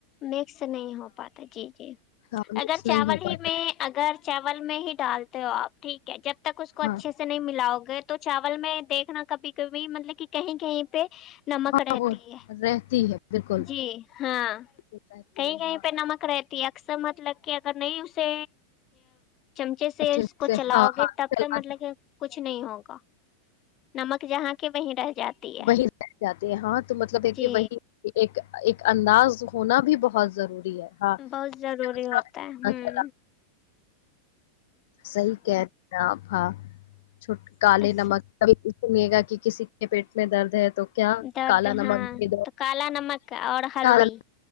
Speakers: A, on the left; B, on the left.
A: نیکسٹ <unintelligible> نہیں ہو پاتا جی جی
B: ہاں مکس
A: اگر چاول
B: نہیں ہو پاتا
A: ہی میں اگر چاول میں ہی ڈالتے ہو آپ ٹھیک ہے جب تک اس کو اچھے
B: ہاں
A: سے نہیں ملاؤ گگر تو چاول میں دیکھنا کبھی کبھی مطلب کہ کہیں کہیں پہ نمک
B: ہاں
A: رہتی
B: وہ
A: ہے
B: رہتی ہے بالکل
A: جی ہاں
B: رہتی
A: کہیں
B: ہے
A: کہیں
B: ہاں
A: پہ نمک رہتی اکثر مطلب کہ اگر نہیں اسے چمچے سے
B: اچھے
A: اس کو چلاؤ
B: ہاں
A: گے
B: ہاں
A: تب
B: چلاتے
A: تک مطلب کہ کچھ نہیں ہوگا نمک جہاں کی وہیں رہ جاتی ہے
B: وہ جاتے ہیں ہاں تو مطلب ہے
A: جی
B: کہ وہی ایک انداز ہونا بھی بہت ضروری ہے ہاں
A: بہت ضروری
B: اچھا
A: ہوتا ہے ہوں
B: چلا صحیح کہہ رہ ہیں آپ ہاں چھوٹ کالے
A: اس
B: نمکبھی سنیے گا کہ کسی کے پیٹ میں درد ہے تو کیا
A: درد
B: کالا
A: ہاں
B: نمک دے دوالا
A: تو کالا نمک اور ہلدی